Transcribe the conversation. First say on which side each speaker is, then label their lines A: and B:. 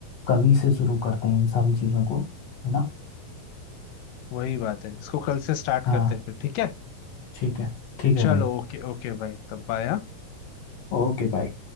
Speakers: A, on the left; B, on the left.
A: कल ही से शुरू करते हैं इन सारी चीज़ों को है ना
B: वही बात है इसको कल से स्टार्ट
A: हाँ
B: करते हैं फिर ठीक है
A: ठीक है ठीक है
B: चलो
A: भाई
B: ओके ओके भाई तब बाय हाँ।
A: ओके भाई